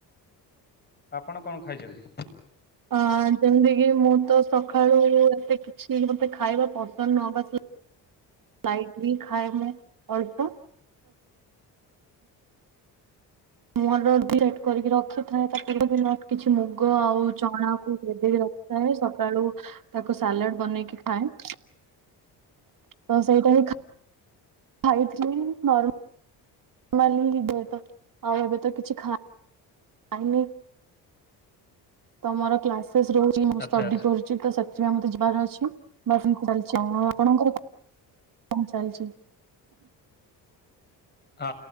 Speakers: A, on the left (about 25°); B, on the right (about 50°).
A: ଆପଣ କଣ ଖାଇଛନ୍ତି?
B: ଅ ଯେମିତି କିି ମୁଁ ତ ସକାଳୁ ଏତେ ଛି ମତେ ଖାଇବା ପସନ୍ଦ ନୁହଁ ବାସ <inaudible> ଲାଇଟିଲି ଖାଏ ମୁଁ ଅଳ୍ପ। ମୁ ହେଠୁ <unintelligible> କରିକି ରଖିଥାଏ ତାପରେ ବି କିଛି ମୁଗ ଆଉ ଚଣାକୁ ଭେଦେଇକି ରଖ ଥାଏ ସକାଳୁ ତାକୁ ସାଲାଡ ବନେଇକି ଖାଏ। ତ ସେଇଟା ହିଁ ଖା ଖାଇଥିଲି ନର୍ ନର୍ମାଲି ବେ ତ ଆଉ ଏବେ ତ କିଛି ଖାଇନି। ତ ମୋର କ୍ଲାସେସ୍ ରହୁଛିକି ମୁଁ
A: ଆଚ୍ଛା
B: ଷ୍ଟଡି
A: ଆଚ୍ଛା
B: କରୁ ଚିତ ସେଥିପାଇଁ ମତେ ଯିବାର ଅଛି। ବାସ୍ ଏମିତି ଚାଲିଚି ଆଉ। ଆଉ ଆପଣଙ୍କର? କଣ ଚାଲିଛି?
A: ଆ